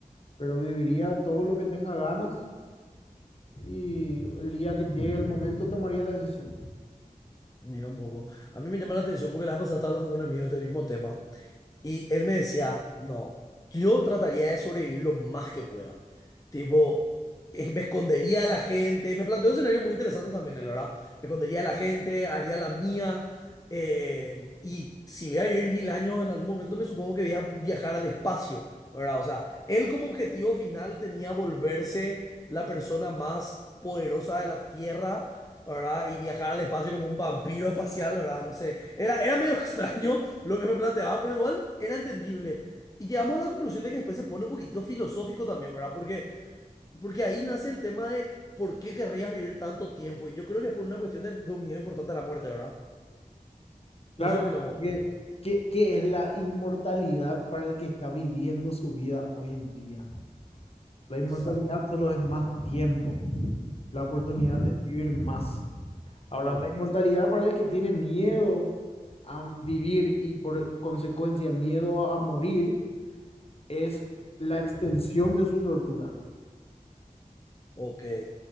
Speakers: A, on the left; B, on the left.
A: pero viviría todo lo que tenga ganas y el día que llegue el momento tomaría la decisión.
B: mira un poco. A mí me llama la atención porque la vez pasada estaba hablando con un amigo de este mismo tema Y él me decía, no, yo trataría de sobrevivir lo más que pueda. Tipo, eh, me escondería de la gente. Me planteó escenarios muy interesantes también, la verdad. Me escondería de la gente, haría la mía. eh, y si voy a vivir mil años, en algún momento me supongo que voy a viajar al espacio, ¿verdad? O sea, él como objetivo final tenía volverse la persona más poderosa de la Tierra ¿verdad? Y viajar al espacio como un vampiro espacial, ¿verdad? No sé. Era, era medio <laughs> extraño lo que me planteaba, pero igual era entendible. Y llegamos a la conclusión de que después se pone un poquitito filosófico también, ¿verdad? Porque, porque ahí nace el tema de por qué querrías vivir tanto tiempo. Y yo creo que es por una cuestión de, de un miedo importante a la muerte, ¿verdad?
A: Claro,
B: No sé qué opinas
A: porque
B: vos.
A: ¿qué, qué es la inmortalidad para el que está viviendo su vida hoy en día? La
B: Exacto.
A: inmortalidad solo es más tiempo, la oportunidad
B: Mm,
A: de vivir más. Ahora,
B: mm,
A: la inmortalidad para el que tiene miedo a vivir y por consecuencia miedo a morir es la extensión de su tortura.
B: ok.